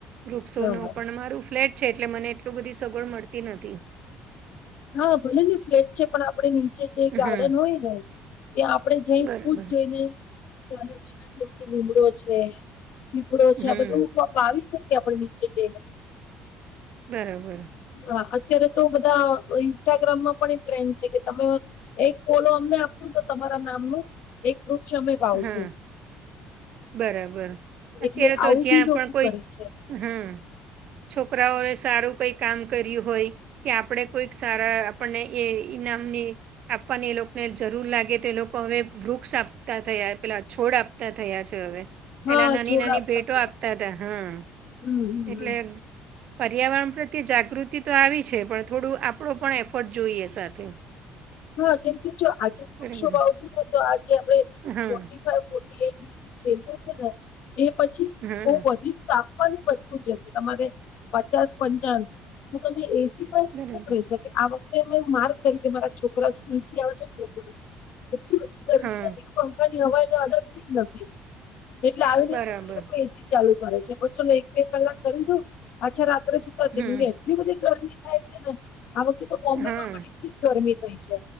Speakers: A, on the right; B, on the left.
A: વૃક્ષો
B: હા
A: નો પણ મારું ફ્લેટ. છે એટલે મને એટલું બધી સગવડ મળતી નથી.
B: હા ભલે ને ફ્લેટ છે પણ આપે નીચે જે
A: હમ
B: ગાર્ડન હોય ને. એ આપડણે જઈ
A: બરાબર
B: જ જઈને. નાના નાના જે કે લીમડો છે પીપડો છે
A: હમ
B: આ બધું. બાવીસ ટકે આપણે નીચે દ.
A: બરાબર.
B: હા અત્યારે તો બધા ઇન્સ્ટાગ્રામમાં પણ એક ટ્રેન્ડ છે કે તમે. એક ફલો અમને આપશું તો તમારા નામનું એક વૃક્ષ અમે પાવશું.
A: હા બરાબર અત્યારે
B: એટલે
A: તો
B: આવું
A: જ્યાં
B: બી લોકો
A: પણ કોઈ
B: કરે છે.
A: હમ. છોકરાઓએ સારું કઈ કામ કર્યું હોય. કે આપણે કોઈક સારા આપણને એ ઈનામની. આપવાની એ લોકોને જરૂર લાગે તો એ લોકો હવે વૃક્ષ આપતા થયા પેલા છોડ આપતા થયા છે. હવે પેલા
B: હા
A: નાની
B: છોડ
A: નાની ભેટો
B: થયા
A: આપતા
B: છે
A: હતા હા
B: હમ હમ
A: એટલે.
B: હમ
A: પર્યાવરણ પ્રત્યે જાગૃતિ તો આવી છે પણ થોડું આપણો પણ એફર્ટ જોઈએ સાથે. <inaudible>
B: હા કેમ કે જો આજે વૃક્ષો
A: બરાબર
B: આવશુ ને તો આજે આપણે
A: હા
B: ફો ફ. એ દીક્રી ચલી હશે ને એ પછી
A: હા
B: બ વધી. તવાની વસ્તુજ જશે તમારે પચાસ પંચા તો તમે એસી. કેટલું
A: બરાબર
B: ક કે આ વખતે માર્ કરી કે મારા છોકરા સ્કૂલથી આવે છે ને. એટલી બધી ગરમી
A: હા.
B: થાય છે કે પંખાની હવાઈ ને અલગતી જ નથી એટલે આવીને
A: બરાબર
B: તો લોકો એ. ચાલુ કરે છે પ ચોલો એક બે કલાક કરી દઉ પાછા રાત્રે સુતા
A: હમ
B: જ. એટલી બધી ગરમી થાય છે ને આ વખતે તો બોમ્બે
A: હા
B: માં પણ એટલી જ ગરમી થઈ છે